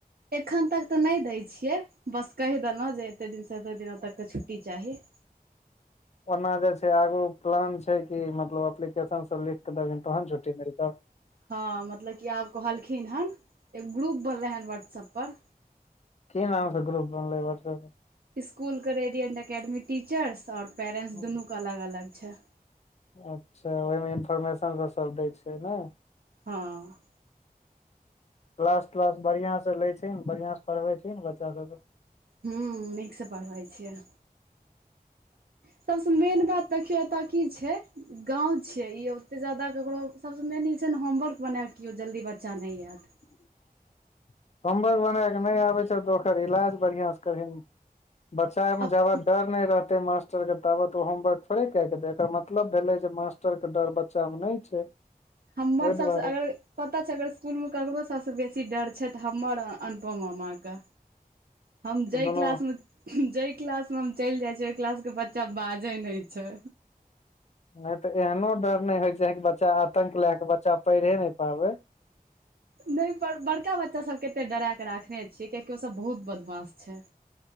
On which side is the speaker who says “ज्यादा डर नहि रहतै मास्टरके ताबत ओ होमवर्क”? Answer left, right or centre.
Left